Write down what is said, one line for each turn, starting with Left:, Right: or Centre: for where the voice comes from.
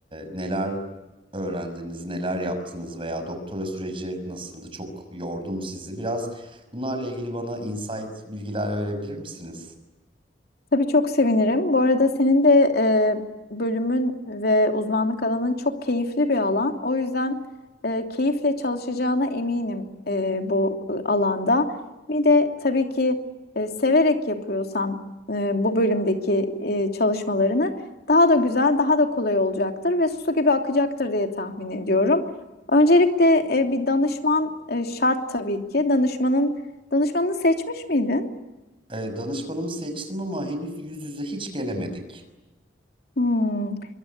Right: neler öğrendiniz, neler yaptınız veya doktora süreci nasıldı? Çok yordum sizi. Biraz bunlarla ilgili bana insight bilgiler verebilir misiniz?
Left: Tabii çok sevinirim. Bu arada senin de e, bölümün ve uzmanlık alanın çok keyifli bir alan. O yüzden e, keyifle çalışacağına eminim e, bu e, alanda. Bir de tabii ki e, severek yapıyorsan e, bu bölümdeki e, çalışmalarını daha da güzel, daha da kolay olacaktır ve su gibi akacaktır diye tahmin ediyorum. Öncelikle e, bir danışman e, şart tabii ki. Danışmanın danışmanını seçmiş miydin?
Right: E, danışmanımı seçtim ama henüz yüz yüze hiç gelemedik.
Left: Hmm.